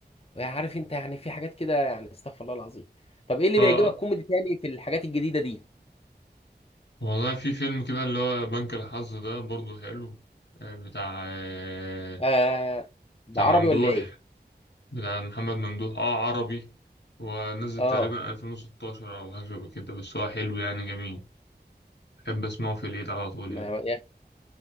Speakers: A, on the left (about 35°); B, on the left (about 80°).
A: وعارف انت يعني في حاجات كده يعني استغفر الله العظيم طب ايه اللي
B: آه
A: بيعجبك كوميدي تاني في الحاجات الجديده دي
B: والله في فيلم كده اللي هو بنك الحظ ده برضه حلو آه، بتاع آه،
A: آه ده
B: بتاع
A: عربي
B: ممدوح
A: ولا ايه
B: بتاع محمد ممدوح اه عربي ونزل
A: اه
B: تقريبا 2016 او حاجة شبه كده بس هو حلو يعني جميل بحب اسمعه في العيد على طول
A: ما
B: يعني
A: يا أخي،